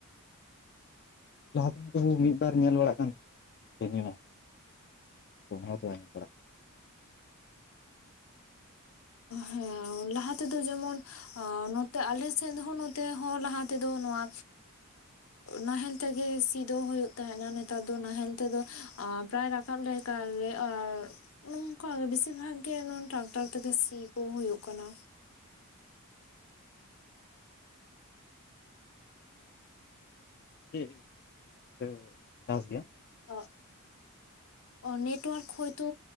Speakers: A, on the left; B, on the left.
A: ᱞᱟᱦᱟᱫ ᱫᱚ ᱢᱤᱫ ᱵᱟᱨ ᱧᱮᱞ ᱵᱟᱲᱟᱜ ᱠᱟᱱ ᱛᱮᱦᱮᱱᱟ ᱚᱱᱟ ᱦᱚᱛᱚ ᱵᱟᱭ ᱧᱮᱞ ᱵᱟᱲᱟᱜ ᱠᱟᱱᱟ᱾
B: ᱦᱮᱸ ᱞᱟᱦᱟ ᱛᱮᱫᱚ ᱡᱮᱢᱚᱱ ᱚ ᱱᱚᱛᱮ ᱟᱞᱮ ᱥᱮᱫ ᱦᱚᱸ ᱱᱚᱛᱮ ᱦᱚᱸ ᱞᱟᱦᱟ ᱛᱮᱫᱚ ᱱᱚᱣᱟ ᱱᱟᱦᱮᱞ ᱛᱮᱜᱮ ᱥᱤ ᱫᱚ ᱦᱳᱭᱳᱜ ᱛᱟᱦᱮᱸᱱᱟ ᱱᱮᱛᱟᱨ ᱫᱚ ᱱᱟᱦᱮᱞ ᱛᱮᱫᱚ ᱯᱨᱟᱭ ᱨᱟᱠᱟᱵ ᱞᱮᱠᱟ ᱜᱮ ᱟᱨ ᱱᱚᱝᱠᱟ ᱜᱮ ᱵᱮᱥᱤᱨ ᱵᱷᱟᱜ ᱜᱮ ᱱᱚᱱ ᱴᱨᱟᱠᱴᱟᱨ ᱛᱮᱜᱮ ᱥᱤ ᱠᱚ ᱦᱳᱭᱳᱜ ᱠᱟᱱᱟ᱾
A: <unintelligible> <inaudible> ᱪᱟᱥ ᱜᱮ
B: ᱚᱜ
A: <unintelligible>
B: ᱚ ᱱᱮᱴ ᱳᱣᱟᱨᱠ ᱦᱚᱳᱭᱛᱚ